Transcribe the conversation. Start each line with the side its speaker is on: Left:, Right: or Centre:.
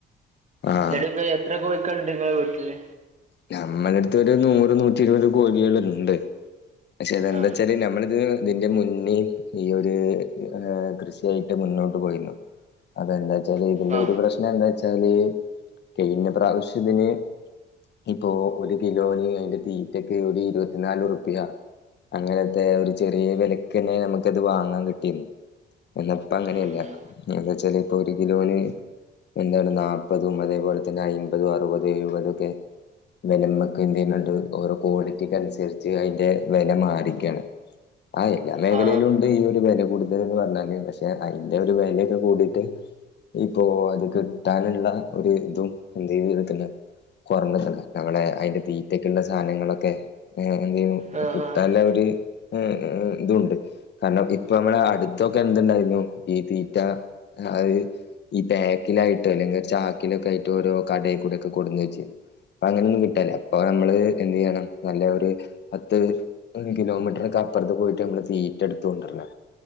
Left: ആഹ്
Right: ഇങ്ങട്ട്പ്പം എത്ര കോയിക്കള്ണ്ട് ഇങ്ങളെ വീട്ടില്.
Left: ഞമ്മളെട്ത്ത് ഒരു നൂറ് നൂറ്റി ഇരുവത് കോഴിയാളുണ്ട്. പഷേ ഇതെന്താച്ചാല്
Right: ആ
Left: നമ്മള്തിന് ഇതിന്റെ മുന്നിം ഈ ഒര് ഏഹ് കൃഷിയായിട്ട് മുന്നോട്ട് പോയിര്ന്നു. അതെന്താച്ചാല് ഇതിന്റെ
Right: ആ
Left: ഒരു പ്രശ്നെന്താച്ചാല് കൈഞ്ഞ പ്രാവ്ശ്യതിന്. ഇപ്പോ ഒരു കിലോന് അയ്ന്റെ തീറ്റക്ക് ഒര് ഇര്വത്തിനാല് ഉർപ്യ. അങ്ങനെത്തെ ഒരു ചെറിയ വെലക്കന്നെ നമുക്കത് വാങ്ങാൻ കിട്ടിര്ന്ന് എന്ന. ഇപ്പ അങ്ങനെയല്ല
Right: ഉം, ഉം.
Left: എന്താച്ചാല് ഇപ്പൊ ഒരു കിലോന്. ന്താണ് നാപ്പതും അതേപോലെതന്നെ അയ്മ്പതും അർവത് എഴുവതൊക്കെ. എന്നാ നമ്മക്ക് ഇത് കഴിഞ്ഞിട്ട് ഓരോ ക്വാളിറ്റിക്ക് അനുസരിച്ച് അതിൻ്റെ വില മാറിയോക്കണ് ആഹ് എല്ലാ മേഖലയിലും
Right: ആ
Left: ഉണ്ട് ഈ ഒരു വില കൂടുതലന്ന് പറഞ്ഞാല് പക്ഷെ അതിന്റെ ഒരു വിലയൊക്കെ കൂടിയിട്ട് ഇപ്പോ അത് കിട്ടാനുള്ള ഒരു ഇതും എന്താ ഇതോപോലെ തന്നെ കുറഞ്ഞല്ലെ നമ്മള് അതിന്റെ തീറ്റക്കുള്ള സാധനങ്ങളൊക്കെ എന്താ
Right: ആ ആ
Left: കിട്ടാന് ഒരു ആഹ് ഇതുണ്ട് കാരണം ഇപ്പൊ നമ്മളെ അടുത്തൊക്കെ എന്ത് ഉണ്ടായിരുന്നു ഈ തീറ്റ അത് ഈ ബാക്കിലായിട്ട് അല്ലെങ്കിൽ ചാക്കിലൊക്കെ ആയിട്ട്ഓരോ കടയിൽ കൂടെ ഒക്കെ കൊട്ന്നു വെച്ച് തരും അങ്ങനെയൊന്നും കിട്ടല്ല അപ്പൊ നമ്മള് എന്ത് ചെയ്യണം നല്ല ഒരു പത്ത് കിലോമീറ്ററെക്കെ അപ്പുറത്ത് പോയിട്ട് നമ്മള് തീറ്റ എടുത്ത കൊണ്ടുവരുന്ന